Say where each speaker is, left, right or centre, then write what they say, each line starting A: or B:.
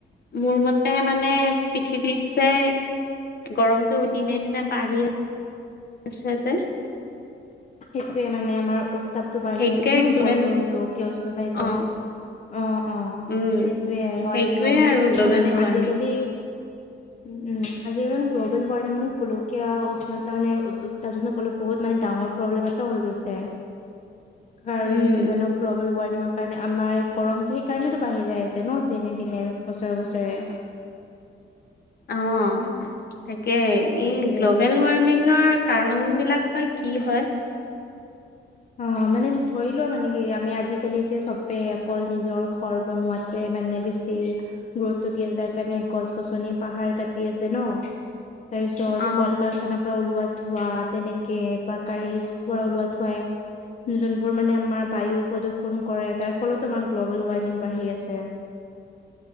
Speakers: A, on the left; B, on the left.
A: মোৰ মতে মানে পৃথিৱীত যে গৰমতটো দিনে দিনে বাঢ়ি। আছে যে।
B: সেইটোৱে মানে আমাৰ উত্তাপ টো বাঢ়ি
A: সেইটোৱে
B: আছে ন
A: গ্ল'বেল
B: কল গ্লকীয় উষ্ণতা সেইটো।
A: অ,
B: অ অ
A: উম।
B: সেইটোৱে হয়
A: সেইটোৱে
B: একদম ঠিক
A: আৰু
B: কৈছা
A: গ্ল'বেল
B: মানে
A: ৱাৰ্মিং
B: আজিকালি। উম আজিকালি মানে গ্ল'বেল ৱাৰ্মিং মানে গোলকীয়া উষ্ণতা মানে <unintelligible> ক'লে বহুত মানে ডাঙৰ। প্ৰব্লেম এটাও হৈ গৈছে কাৰণ
A: উম,
B: জানক। গ্ল'বেল ৱাৰ্মিঙৰ কাৰণে আমাৰ এই গৰমটো সেইকাৰণেতো বাঢ়ি যাই আছে ন দিনে দিনে বছৰে বছৰে।
A: অ তাকে
B: সেইটোয়ে
A: এই গ্ল'বেল ৱাৰ্মিঙৰ। কাৰণ বিলাক বা কি হয়।
B: অ মানে ধৰি লোৱা আৰু মানে কি আমি আজিকালি যে চবে অকল নিজৰ ঘৰ বনোৱাত। পে মানে বেছি। গুৰুত্ব দিয়ে যাৰ কাৰণে গছ গছনি পাহাৰ কাটি আছে ন। তাৰ পিছত
A: অ,
B: কল কাৰখানাৰ পৰা ওলোৱা ধোঁৱা তেনেকে বা গাড়ীৰ পৰা ওলোৱা ধোঁৱাই। যোনবোৰ মানে আমাৰ বায়ু প্ৰদূৰণ কৰে তাৰ ফলতো আমাৰ গ্ল'বেল ৱাৰ্মিং বাঢ়ি আছে।